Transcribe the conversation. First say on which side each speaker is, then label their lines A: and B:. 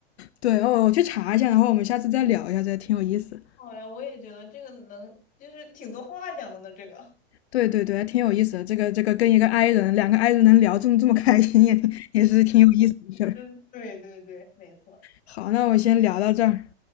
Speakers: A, on the left; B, on the left.
A: 对哦，我去查一下，然后我们下次再聊一下，这挺有意思。
B: 好呀，我也觉得这个能，就是挺多话讲的呢。这个，
A: 对对对，还挺有意思的。这个这个跟一个 i 人，两个 i 人能聊这么这么开心，<laughs> 也也是挺有意思的事儿。
B: 嗯，对对对，没错。
A: 好，那我先聊到这儿，